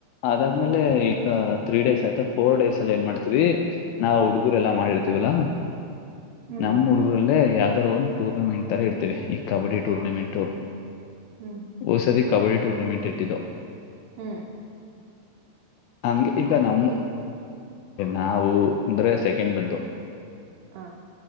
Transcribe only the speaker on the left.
ಅದಾದ್ಮೇಲೆ ಈಗ ತ್ರೀ ಡೇಸ್ ಆಯ್ತಾ ಫೋರ್ ಡೇಸ್ ಅಲ್ಲಿ ಏನ್ ಮಾಡ್ತೀವಿ ನಾವ್ ಹುಡುಗರೆಲ್ಲಾ ಮಾಡಿರ್ತೀವಲ್ಲಾ
ನಮ ಹುಡುಗ ಊರಲ್ಲೇ ಯಾವ್ದಾದ್ ಒಂದು ಟೂರ್ನಮೆಂಟ್ ತರ ಇರ್ತಿವಿ ಈ ಕಬಡ್ಡಿ ಟೂರ್ನಮೆಂಟ್
ಹೊಸದ ಕಬಡ್ಡಿ ಟೂರ್ನಮೆಂಟ್ ಇಟ್ಟಿದ್ದು
ಹಂಗೆ ಈಗ ನಮ್ಮ
ನಾವು ಅಂದ್ರೆ ಸೆಕೆಂಡ್ ಬಂದು